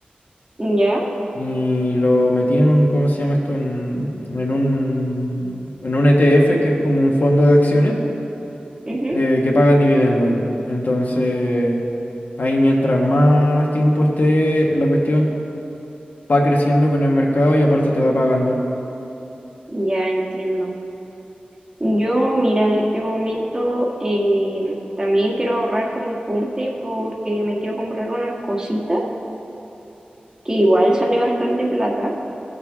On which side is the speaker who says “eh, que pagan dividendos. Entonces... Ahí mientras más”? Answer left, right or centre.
Left